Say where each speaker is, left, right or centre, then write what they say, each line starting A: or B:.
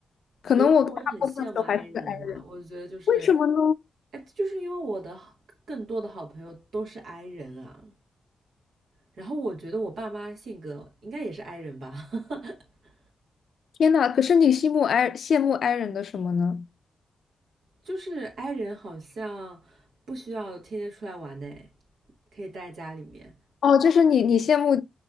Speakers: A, on the left; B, on the right.
A: 可能我大部分时候还是个
B: 有时候我也很羡慕 I 人啦，
A: I，
B: 我觉得就是，
A: 为什么呢？
B: 哎，就是因为我的好更多的好朋友都是 I 人啊，然后我觉得我爸妈性格应该也是 i 人吧，<laughs>
A: 天呐，可是你羡慕 I 羡慕 I 人的什么呢？
B: 就是 i 人好像不需要天天出来玩呢，可以待在家里面。
A: 哦，就是你，你羡慕，